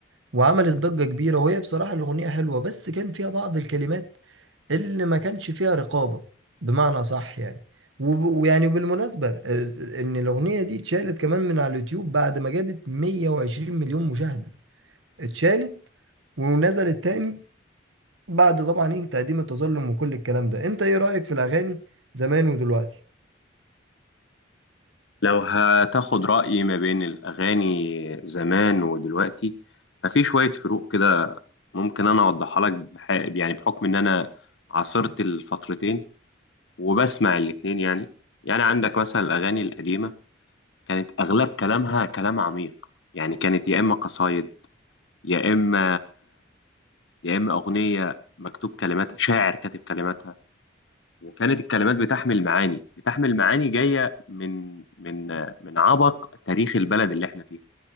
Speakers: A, on the right; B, on the left.
A: وعملت ضجة كبيرة وهي بصراحة الأغنية حلوة بس كان فيها بعض الكلمات اللي ما كانش فيها رقابة بمعنى صح يعني وب- ويعني بالمناسبة آه، إن الأغنية دي اتشالت كمان من على اليوتيوب بعد ما جابت 120 مليون مشاهدة اتشالت ونزلت تاني بعد طبعا ايه تقديم التظلم وكل الكلام ده انت ايه رأيك في الأغاني زمان ودلوقتي
B: لو هتاخد رأيي ما بين الأغاني زمان ودلوقتي ففي شوية فروق كده ممكن أنا أوضحها لك بح... يعني بحكم إن أنا عاصرت الفترتين وبسمع الاتنين يعني يعني عندك مثلا الأغاني القديمة كانت أغلب كلامها كلام عميق يعني كانت يا إما قصايد يا إما يا إما أغنية مكتوب كلمات شاعر كاتب كلماتها وكانت الكلمات بتحمل معاني بتحمل معاني جاية من من من عبق تاريخ البلد اللي احنا فيها